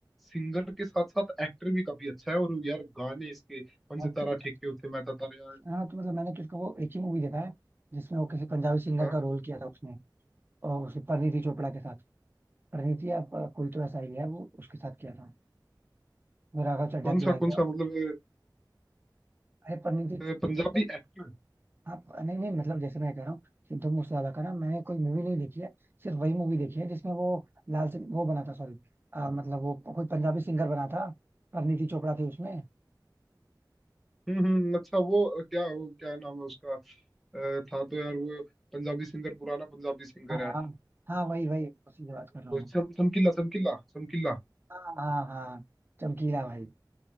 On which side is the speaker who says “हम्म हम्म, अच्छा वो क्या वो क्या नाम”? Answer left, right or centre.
Centre